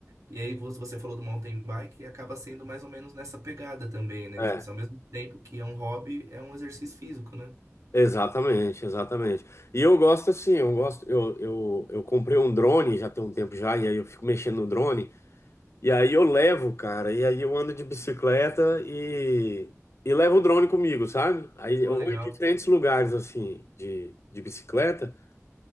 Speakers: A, on the right; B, on the left.
A: E aí vo- você falou do mountain bike e acaba sendo mais ou menos nessa pegada também, né?
B: é
A: Tipo, assim, ao mesmo tempo que é um hobby, é um exercício físico, né?
B: Exatamente, exatamente. E eu gosto assim, eu gosto, eu, eu, eu comprei um drone já tem um tempo já, e aí eu fico mexendo no drone, e aí eu levo, cara, e aí eu ando de bicicleta e, e levo o drone comigo, sabe? Aí
A: Pô,
B: eu
A: legal.
B: vou em diferentes lugares assim, de, de bicicleta,